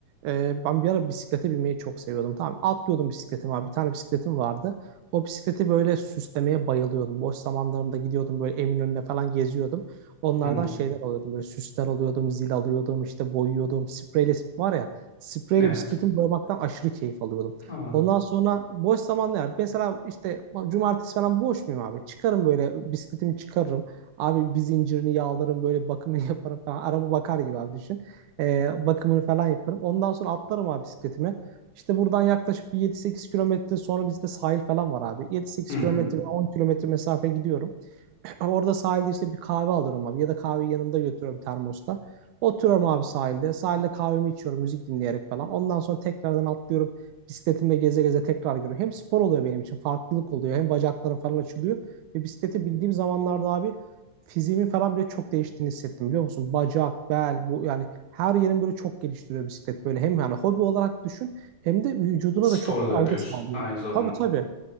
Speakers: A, on the right; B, on the left.
A: e, ben bir ara bisiklete binmeyi çok seviyordum. Tamam atlıyordum bisikletim abi. Bir tane bisikletim vardı. O bisikleti böyle süslemeye bayılıyordum. Boş zamanlarımda gidiyordum böyle Eminönü'ne falan geziyordum. Onlardan
B: Hı.
A: şeyler alıyordum. Böyle süsler alıyordum, zil alıyordum, işte boyuyordum. Spreyle var ya spreyle
B: Evet.
A: bisikletimi boyamaktan aşırı keyif alıyordum.
B: Aa,
A: Ondan sonra boş zamanlar yani mesela işte cumartesi falan boş muyum abi? Çıkarım böyle bisikletimi çıkarırım. Abi bir zincirini yağlarım böyle bakımını <laughs> yaparım falan. Araba bakar gibi abi düşün. Ee, bakımını falan yaparım. Ondan sonra atlarım abi bisikletimi. İşte buradan yaklaşık bir yedi sekiz kilometre sonra bizde sahil falan var abi. Yedi sekiz
B: hı hı.
A: kilometre 10 kilometre mesafe gidiyorum. Orada sahilde işte bir kahve alıyorum abi. Ya da kahveyi yanımda götürüyorum termosta. Oturuyorum abi sahilde. Sahilde kahvemi içiyorum müzik dinleyerek falan. Ondan sonra tekrardan atlıyorum. Bisikletimle geze geze tekrar görüyorum. Hem spor oluyor benim için. Farklılık oluyor. Hem bacaklarım falan açılıyor. Ve bisikleti bildiğim zamanlarda abi fiziğimin falan bile çok değiştiğini hissettim biliyor musun? Bacak, bel bu yani her yerin böyle çok geliştiriyor bisiklet. Böyle hem yani hobi olarak düşün hem de vücuduna
B: Spor
A: da çok
B: da
A: fayda
B: yapıyorsun
A: sağlıyor.
B: aynı zamanda.
A: Tabii tabii.